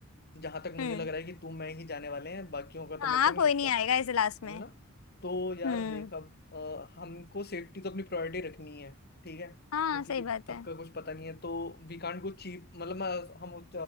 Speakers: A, on the left (about 50°); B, on the left (about 80°).
A: जहां तक मुझे
B: हम्म
A: लग रहा है कि तू मैं ही जाने वाले हैं बाकियों का तो
B: हाँ
A: मेरे को नहीं
B: कोई नहीं आएगा ऐसे लास्ट में
A: है ना तो यार
B: हम्म
A: देख अब अ, हमको सेफ्टी तो अपनी प्रायोरिटी रखनी है ठीक है
B: हाँ
A: क्योंकि
B: सही बात
A: सबका
B: है
A: कुछ पता नहीं है तो वी कांट गो चीप मतलब मैं- हम